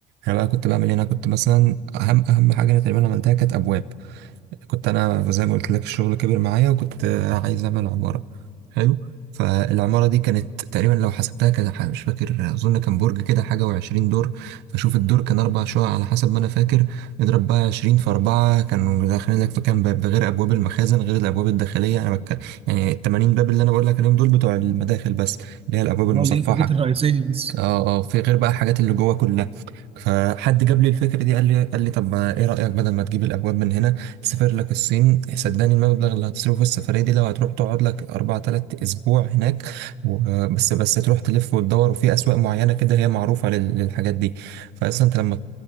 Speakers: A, on the right (about 80°); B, on the right (about 35°).
A: انا بقى كنت بعمل هنا كنت مثلا اهم اهم حاجه انا تقريبا عملتها كانت ابواب كنت انا زي ما قلت لك الشغل كبر معايا وكنت عايز اعمل عمارة حلو فالعمارة دي كانت تقريبا لو حسبتها كده ح- مش فاكر اظن كان برج كده حاجة وعشرين دور فشوف الدور كان اربع شقق على حسب ما انا فاكر اضرب بقى عشرين في اربعة كانوا داخلين لك في كام باب ده غير ابواب المخازن غير الابواب الداخلية انا بك... يعني التمانين باب اللي انا بقول لك عليهم دول بتوع المداخل بس اللي هي الابواب المصفحة
B: ولا ايه الحاجات الرئيسيه بس
A: اه اه في غير بقى الحاجات اللي جوه كلها فحد جاب لي الفكره دي قال لي قال لي طب ما ايه رايك بدل ما تجيب الابواب من هنا تسافر لك الصين صدقني المبلغ اللي هتصرفه في السفريه دي لو هتروح تقعد لك اربع تلات اسبوع هناك و- بس بس تروح تلف وتدور وفي اسواق معينه كده هي معروفه لل- للحاجات دي فاصلا انت لما